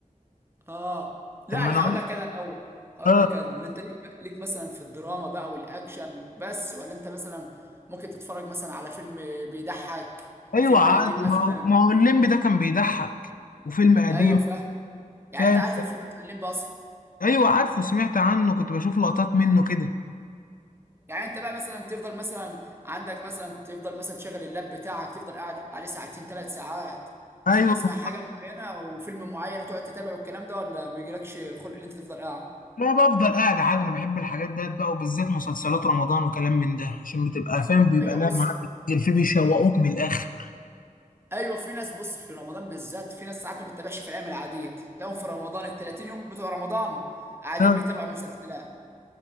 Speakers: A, on the right; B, on the left.
A: اه لا
B: طب ما
A: انا
B: انا اقول
A: هقول لك انا الاول هقول
B: اه
A: لك انا انت ليك ليك مثلا في الدراما بقى والاكشن بس ولا انت مثلا ممكن تتفرج مثلا على فيلم بيضحك
B: ايوه
A: فيلم
B: عادي
A: قديم مثلا
B: ما هو ما هو الليمبي ده كان بيضحك وفيلم قديم
A: ايوه فاهم يعني
B: فاهم
A: انت عارف الفيلم بتاع الليمبي اصلا
B: ايوه عارفه سمعت عنه كنت بشوف لقطات منه كده
A: يعني انت بقى مثلا تفضل مثلا عندك مثلا تفضل مثلا تشغل اللاب بتاعك تفضل قاعد عليه ساعتين ثلاث ساعات
B: ايوه
A: عشان تسمع حاجه معينه وفيلم معين وتقعد تتابع والكلام ده ولا ما بيجيلكش خلق ان انت تفضل قاعد
B: لا بفضل قاعد عادي انا بحب الحاجات ديت بقى وبالذات مسلسلات رمضان وكلام من ده عشان بتبقى فاهم بيبقى
A: ايوه
B: لا
A: بص
B: معاك الفي بيشوقوك من الاخر
A: ايوه في ناس بص في رمضان بالذات في ناس ساعات ما بتتابعش في الايام العاديه تلاقيهم في رمضان ال 30 يوم بتوع رمضان قاعدين
B: اه
A: بيتابعوا مسلسلات